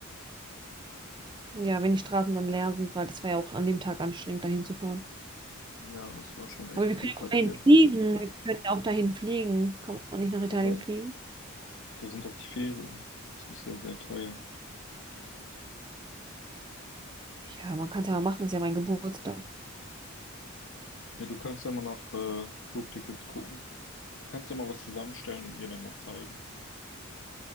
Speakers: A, on the right (about 20°); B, on the left (about 60°).
A: Ja, wenn die Straßen dann leer sind, weil das war ja auch an dem Tag anstrengend, dahin zu fahren.
B: Ja, das war schon echt
A: Aber wir können
B: viel Verkehr.
A: ja auch dahin fliegen. Wir können ja auch dahin fliegen. Kann man nicht nach Italien
B: Aber
A: fliegen?
B: da sind doch die Ferien. Das ist ja sehr teuer.
A: Ja, man kann es ja mal machen, ist ja mein Geburtstag.
B: Ja, du kannst ja mal nach äh, Flugtickets gucken. Kannst du mal was zusammenstellen und mir dann mal zeigen?